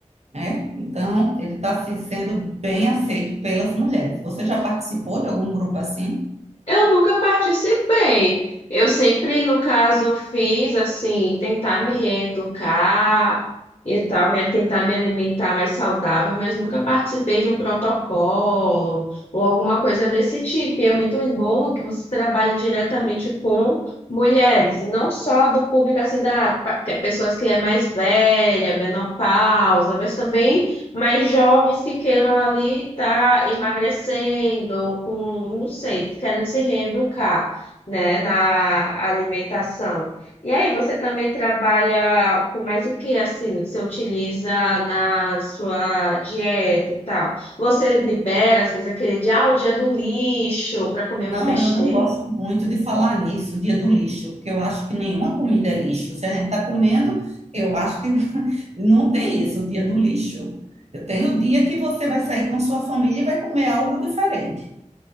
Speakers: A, on the right; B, on the left.
A: né? Então ele está assim, sendo bem aceito pelas mulheres. Você já participou de algum grupo assim?
B: Eu nunca participei. Eu sempre, no caso, fiz assim, tentar me reeducar e tal, me- tentar me alimentar mais saudável, mas nunca participei de um protocolo ou alguma coisa desse tipo. E é muito bom que você trabalhe diretamente com mulheres, e não só do público assim, da pa- que- pessoas que é mais velha, menopausa, mas também. Mas jovens que queiram ali estar emagrecendo, ou com, não sei, querendo se reeducar, né, na alimentação. E aí, você também trabalha com mais o que, assim, você utiliza na sua dieta e tal? Você libera, às vezes, aquele dia, ah, o dia do lixo, para comer
A: Não,
B: uma besteira.
A: eu não gosto muito de falar nisso, dia do lixo, porque eu acho que nenhuma comida é lixo. Se a gente está comendo, eu acho que <laughs> não tem isso, dia do lixo. Eu tenho o dia que você vai sair com sua família e vai comer algo diferente.